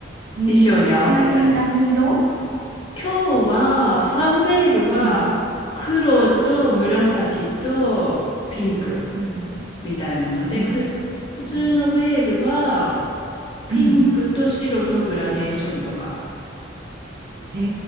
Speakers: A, on the right; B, on the left.
A: えーちなみに何色
B: 衣装に合わせたりして。今日は、ファンベールは黒と紫とピンク。
A: うん、うん。
B: みたいなので、
A: えー
B: ふ、普通のベールは
A: あ、
B: ピンクと白のグラデーションとか。
A: うん。へ